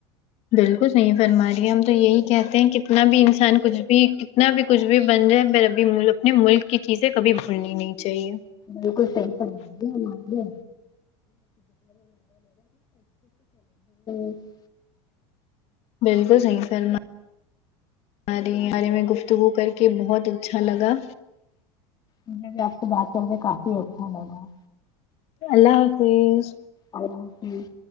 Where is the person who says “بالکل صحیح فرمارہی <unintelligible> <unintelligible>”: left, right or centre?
Left